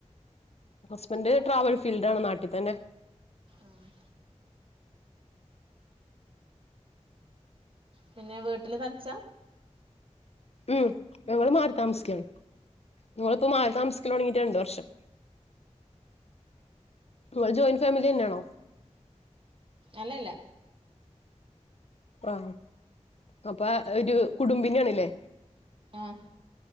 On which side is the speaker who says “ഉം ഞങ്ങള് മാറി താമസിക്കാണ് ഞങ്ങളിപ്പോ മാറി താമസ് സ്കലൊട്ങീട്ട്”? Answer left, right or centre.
Left